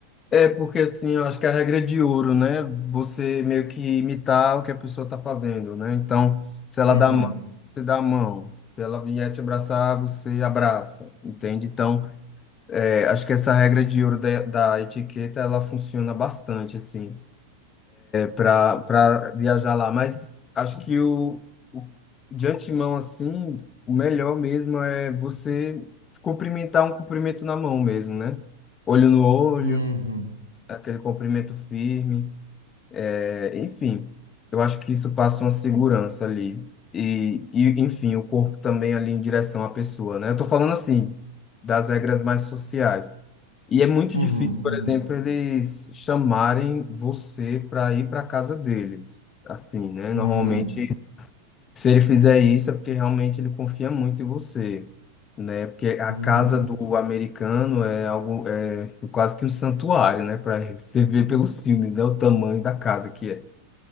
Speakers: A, on the left; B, on the left.
A: é porque assim, eu acho que a regra é de ouro, né? Você meio que imitar o que a pessoa tá fazendo, né? Então, se ela
B: Uhum,
A: dá a mão, você dá a mão. Se ela vier te abraçar, você abraça, entende? Então, é, acho que essa regra de ouro da, da etiqueta, ela funciona bastante, assim. para para viajar lá, mas acho que o, o de antemão assim, o melhor mesmo é você se cumprimentar um cumprimento na mão mesmo, né? Olho no olho,
B: uhum,
A: aquele cumprimento firme, é, enfim. Eu acho que isso passa uma segurança ali. E, e, enfim, o corpo também ali em direção à pessoa, né? Eu tô falando assim, das regras mais sociais. E é muito
B: uhum,
A: difícil, por
B: uhum,
A: exemplo, eles chamarem você para ir para casa deles. Assim, né? Normalmente,
B: uhum,
A: se ele fizer isso, é porque realmente ele confia muito em você, né? Porque a
B: uhum.
A: casa do americano é algo, é quase que um santuário, né? Para você ver pelos filmes, né? O tamanho da casa que é.